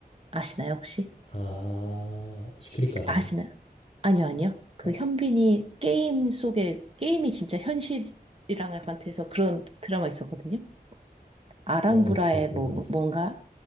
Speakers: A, on the right; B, on the left.
A: 아시나요, 혹시?
B: 아, 시크릿 가든요.
A: 아시나요? 아니요, 아니요. 그
B: 아,
A: 현빈이 게임 속에, 게임이 진짜 현실이랑 약간 돼서 그런 드라마 있었거든요. 아람브라에
B: 어, 잘
A: 뭐,
B: 모르겠어요.
A: 뭔가